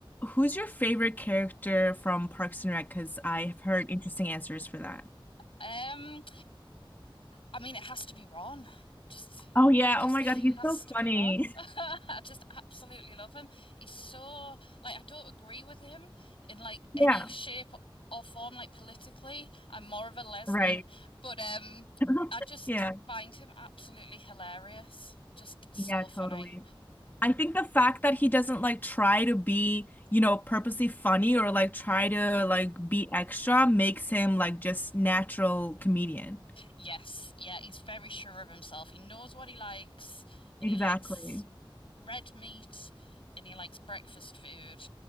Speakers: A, on the left; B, on the left.
A: who's your favorite character from Parks and Rec? Because I've heard interesting answers for that.
B: Um, I mean, it has to be Ron. Just,
A: Oh yeah,
B: just
A: oh my God, he's
B: has
A: so
B: to
A: funny.
B: be Ron. <laughs> I
A: <laughs>
B: just absolutely love him. He's so like I don't agree with him in like
A: Yeah,
B: any shape or form, like politically. I'm more of a Leslie,
A: right.
B: but um,
A: <laughs>
B: I just
A: Yeah,
B: find him absolutely hilarious. Just so
A: yeah,
B: funny.
A: totally. I think the fact that he doesn't like try to be, you know, purposely funny or like try to like be extra makes him like just natural comedian.
B: Yes, yeah, he's very sure of himself. He knows what he likes, and
A: Exactly.
B: he likes red meat, and he likes breakfast food,